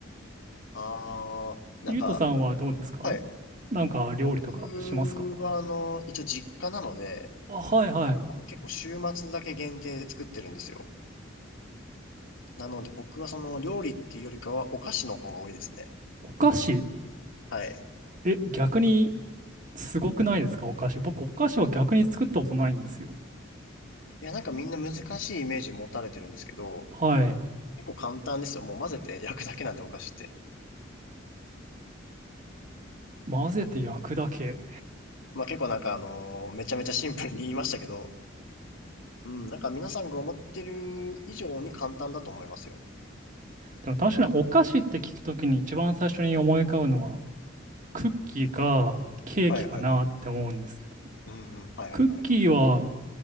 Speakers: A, on the left (about 85°); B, on the right (about 45°).
A: あ、なんか、
B: ゆうとさんはどうですか
A: はい。
B: なんか料理とかしますか
A: 僕はあの、一応実家なので、
B: あ、はいはい。
A: あの、結構週末だけ限定で作ってるんですよ。なので僕はその料理っていうよりかはお菓子の方が多いですね。
B: お菓子。
A: はい。
B: え、逆にすごくないですか、お菓子。僕、お菓子は逆に作ったことないんですよ。
A: いや、なんかみんな難しいイメージ持たれてるんですけど、
B: はい。
A: 結構簡単ですよ。もう混ぜて焼くだけなんでお菓子って。
B: 混ぜて焼くだけ。
A: まあ結構なんかあのーめちゃめちゃシンプルに言いましたけど、うん、なんか皆さんが思ってる以上に簡単だと思いますよ。
B: でも確かにお菓子って聞くときに一番最初に思い浮かぶのは、クッキーかケーキかなって思うんですけど、
A: はいはいはい。うんうん、はいはいはい。
B: クッキーは